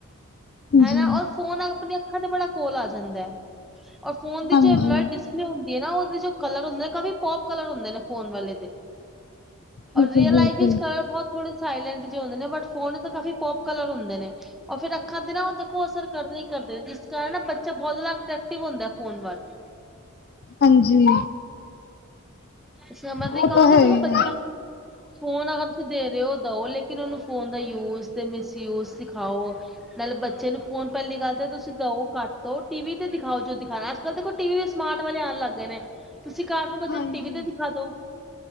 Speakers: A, in the centre; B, on the left.
A: ਹਨਾ
B: ਜੀ
A: ਔਰ ਫੋਨ ਆਪਣੀਆਂ ਅੱਖਾਂ ਤੇ ਬੜਾ ਕੋਲ ਆ ਜਾਂਦਾ ਹੈ ਔਰ ਫੋਨ ਦੀ
B: ਹਾਂਜੀ
A: ਜੈ ਬਲਰ ਹੁੰਦੀ ਹੈ ਨਾ ਉਹਦੇ ਜੋ ਕਲਰ ਹੁੰਦੇ ਨੇ ਕਾਫੀ ਪੋਪ ਕਲਰ ਹੁੰਦੇ ਨੇ ਫੋਨ ਵਾਲੇ ਦੇ ਔਰ
B: ਬਿਲਕੁਲ
A: ਰੀਅਲ
B: ਬਿਲਕੁਲ
A: ਲਾਈਫ ਵਿਚ ਕਰ ਬਹੁਤ ਥੋੜੇ ਸਾਇਲੈਂਟ ਜਿ ਹੁੰਦੇ ਨੇ ਬਟ ਫੋਨ ਤਾਂ ਕਾਫੀ ਪੋਪ ਕਲਰ ਹੁੰਦੇ ਨੇ ਉਹ ਫਿਰ ਅੱਖਾਂ ਤੇ ਨਾ ਉਹ ਦੇਖੋ ਅਸਰ ਕਰਦੇ ਹੀ ਕਰਦੇ ਨੇ ਜਿਸ ਕਾਰਨ ਨਾ ਬੱਚਾ ਬਹੁਤ ਜ਼ਿਆਦਾ ਅਟ੍ਰੈਕਟਿਵ ਹੁੰਦਾ ਫੋਨ ਵੱਲ
B: ਹਾਂਜੀ
A: ਸਮਝ
B: ਉਹ
A: ਵਿ ਕਵਾਂਗੇ
B: ਹੈ
A: ਤਾਂ
B: ਹੀ
A: ਬੱਚਿਆਂ
B: ਹੈ।
A: ਨੂੰ ਫ਼ੋਨ ਅਗਰ ਤੁਸੀਂ ਦੇ ਰਹੇ ਹੋ ਦਿਓ ਲੇਕਿਨ ਉਹਨੂੰ ਫੋਨ ਦਾ ਯੂਜ ਤੇ ਮਿਸਯੂਜ ਸਿਖਾਓ ਨਾਲ ਬੱਚੇ ਨੂੰ ਫੋਨ ਪਹਿਲੀ ਗੱਲ ਤੇ ਤੁਸੀਂ ਦਿੳ ਕੱਟ ਦਓ ਟੀ ਵੀ ਤੇ ਦਿਖਾਓ ਜੋ ਦਿਖਾਉਣਾ ਅੱਜ ਕੱਲ ਤੇ ਟੀ ਵੀ ਵੀ ਸਮਾਰਟ ਵਾਲੇ ਆਉਣ ਲੱਗ ਗਏ ਨੇ ਤੁਸੀਂ ਕਾਰਟੂਨ ਬੱਚਿਆਂ
B: ਹਾਂਜੀ
A: ਨੂੰ ਟੀ ਵੀ ਤੇ ਦਿਖਾ ਦੋ